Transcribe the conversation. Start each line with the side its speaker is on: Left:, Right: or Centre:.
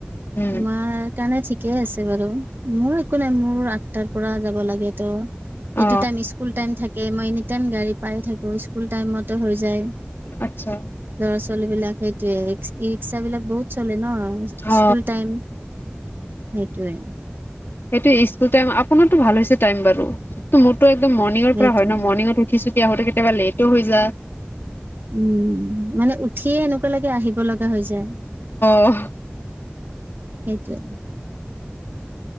Left: উম
Right: তোমাৰ কাৰণে ঠিকেই আছে বাৰু মোৰ একো নাই মোৰ আঠটাৰ পৰা যাব লাগে তো সেইটো
Left: অ
Right: টাইম স্কুল টাইম থাকে মই এনি টাইম গাড়ী পাই থাকো স্কুল টাইমতে হৈ যায়।
Left: আচ্ছা।
Right: ল'ৰা ছোৱালী বিলাক সেইটয়ে ই ৰিক্সা বিলাক বহুত চলে ন
Left: অ
Right: স্কুল টাইম সেইটোৱে
Left: সেইটো স্কুল টাইম আপোনাৰটো ভাল হৈছে টাইম বাৰু ম। একদম মৰ্ণিঙৰ
Right: সেইটোয়ে
Left: পৰা হয় ন মৰ্ণিঙত উঠিছুঠি আহোতে কেতিয়াবা লেটো হৈ যায়।
Right: উম, মানে উঠিয়ে এনেকুৱা লাগে আহিব লগা হৈ যায়।
Left: অঁহ্‌।
Right: সেইটোৱে